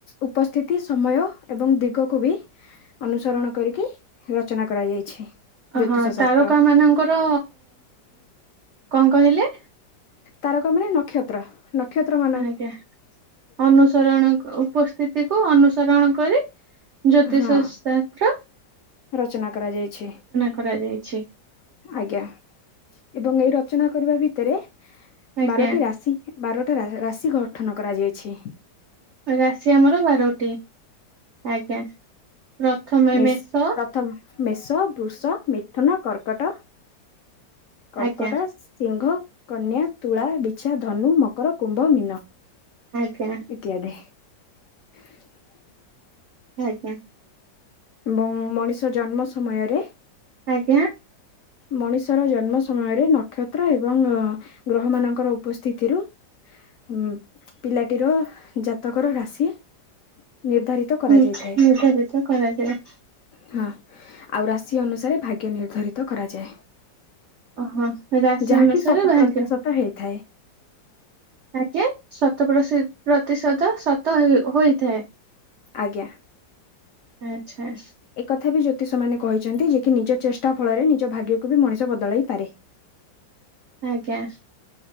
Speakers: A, on the left; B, on the right.
A: ଉପସ୍ଥିତି ସମୟ ଏବଂ ଦିଗକୁ ବି ଅନୁସରଣ କରିକି ରଚନା କରାଯାଇଛି। ଜ୍ୟୋତିଷ
B: ଅ ହଁ
A: ଶାସ୍ତ୍ର
B: ତାରକା ମାନଙ୍କର କଣ କହିଲେ?
A: ତାରକା ମାନେ ନକ୍ଷତ୍ର। ନକ୍ଷତ୍ର ମାନେ
B: ଆଜ୍ଞା ଅନୁସରଣ ଉପସ୍ ସ୍ଥିତିକୁୁ ଅନୁସରଣ କରି ଜ୍ୟୋତିଷ
A: ହଁ
B: ସାତ୍ର
A: ରଚନା କରାଯାଇଛି
B: କରାଯାଇଛି
A: ଆଜ୍ଞା ଏବଂ ଏଇ ରଚନା କରିବା ଭିତରେ
B: ଆଜ୍ଞା
A: ବାରଟି ରାଶି ବାରଟା ରାଶି ଗଠନ କରାଯାଇଛି।
B: ରାଶ ଆମର ବାରଟି ଆଜ୍ଞା। ପ୍ରଥମେ
A: ମିସ୍
B: ମେଷ
A: ପ୍ରଥମ ମେଷ ବୃଷ ମିଥୁନ କର୍କଟ। କର୍କଟ
B: ଆଜ୍ଞା
A: ସିଂହ କନ୍ୟା ତୁଳା ବିଛା ଧନୁ ମକର କୁମ୍ଭ ମୀନ।
B: ଆଜ୍ଞା।
A: ଇତ୍ୟାଦି। <unintelligible>
B: ଆଜ୍ଞା।
A: ଏବଂ ମଣିଷ ଜନ୍ମ ସମୟରେ
B: ଆଜ୍ଞା।
A: ମଣିଷର ଜନ୍ମ ସମୟରେ ନକ୍ଷତ୍ର ଏବଂ ଗ୍ରହ ମାନଙ୍କର ଉପସ୍ଥିତି ରୁ ଉଁ ପିଲାଟିର ଜାତକର ରାଶି ନିର୍ଦ୍ଧାରିତ କରାଯାଇଥାଏ।
B: ହୁଁ ନିର୍ଦ୍ଧାରିତ କରାଯାଏ।
A: ହଁ ଆଉ ରାଶି ଅନୁସାରେ ଭାଗ୍ୟ ନିର୍ଦ୍ଧାରିତ କରାଯାଏ।
B: ଓହୋ ରାଶି
A: ଯାହାକି
B: ଅନୁସାରେ
A: ଶତ
B: ଭାଗ୍ୟ
A: ପ୍ରତିଶତ ହେଇଥାଏ।
B: ଆଜ୍ଞା ଶତ ପ୍ରଶି ପ୍ରତିଶତ ଶତ ହୁଇ ହୋଇଥାଏ।
A: ଆଜ୍ଞା।
B: ଆଚ୍ଛା।
A: ଏକଥା ବି ଜ୍ୟୋତିଷ ମାନେ କହିଛନ୍ତି ଯେ କି ନିଜ ଚେଷ୍ଟା ଫଳରେ ନିଜ ଭାଗ୍ୟକୁ ବି ମଣିଷ ବଦଳାଇ ପାରେ।
B: ଆଜ୍ଞା।